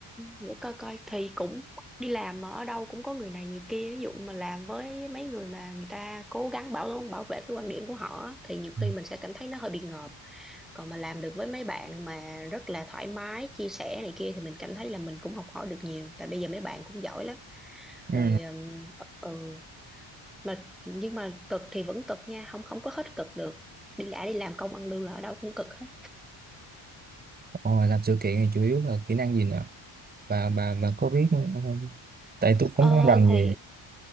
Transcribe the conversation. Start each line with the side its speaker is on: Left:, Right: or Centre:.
Centre: để coi coi thì cũng đi làm mà ở đâu cũng có người này người kia ví dụ mà làm với mấy người mà người ta cố gắng bảo bảo vệ cái quan điểm của họ á, thì nhiều
Right: ừ.
Centre: khi mình sẽ cảm thấy nó hơi bị ngợp còn mà làm được với mấy bạn mà rất là thoải mái chia sẻ này kia thì mình cảm thấy là mình cũng học hỏi được nhiều tại bây giờ mấy bạn cũng giỏi lắm
Right: Ừ.
Centre: rồi ừ mà nhưng mà cực thì vẫn cực nha không không có hết cực được đi đã đi làm công ăn lương là ở đâu cũng cực hết
Right: Rồi làm sự kiện thì chủ yếu là kỹ năng gì nè bà bà bà có biết ừ, tại tôi
Centre: Ờ,
Right: cũng không rành gì
Centre: thì